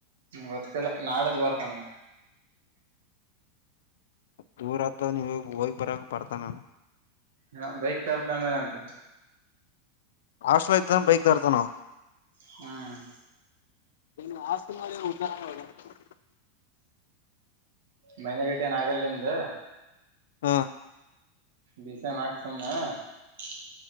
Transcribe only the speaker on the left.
ದೂರ ಆತ್ರ ನೀವ ಹೋಗ್ ಬರಕ್ ಬರ್ತ ನಾನು
ಹಾಸ್ಟೆಲ್ ಇರತಾನೊ ಬೈಕ್ ತರ್ತಾನೊ?
ನಿ ಆಸ್ತ ಮಾಡಳ ಉಗ <unintelligible>
ಹ್ಮ